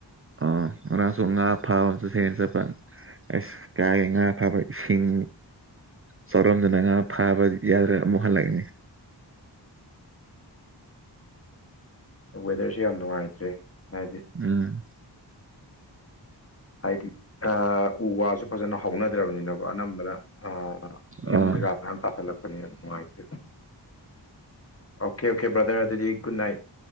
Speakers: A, on the right; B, on the left.
A: ꯑ ꯉꯔꯥꯡꯁꯨ ꯉꯥ ꯐꯥꯕ ꯆꯠꯁꯦꯟ ꯆꯠꯄ ꯑꯁ ꯀꯥꯏꯗꯩ ꯉꯥ ꯐꯥꯕ ꯏꯁꯤꯡ ꯆꯥꯎꯔꯝꯗꯅ ꯉꯥ ꯐꯥꯕ ꯌꯥꯗ꯭ꯔꯦ ꯑꯃꯨꯛ ꯍꯜꯂꯛꯏꯅꯤ
B: ꯑ ꯋꯦꯗꯔꯁ‌ꯦ ꯌꯥꯝ ꯅꯨꯡꯉꯥꯏꯇ꯭ꯔꯦ ꯍꯥꯏꯗꯤ
A: ꯎꯝ
B: ꯍꯥꯏꯗꯤ ꯑ ꯎ ꯋꯥꯁꯨ ꯐꯖꯅ ꯍꯧꯥꯎꯅꯗ꯭ꯔꯕꯅꯤꯅ ꯁꯨ ꯑꯅꯝꯕꯅ ꯑ ꯌꯨꯝ
A: ꯑꯣ
B: ꯀꯩꯀꯥ ꯃꯌꯥꯝ ꯇꯥꯁꯜꯂꯛꯄꯅꯤꯅ ꯅꯨꯡꯉꯥꯏꯇ꯭ꯔ‌ꯦ ꯑꯣꯀꯦ ꯑꯣꯀꯦ ꯕ꯭ꯔꯗꯔ ꯑꯗꯨꯗꯤ ꯒꯨꯠ ꯅꯥꯏꯠ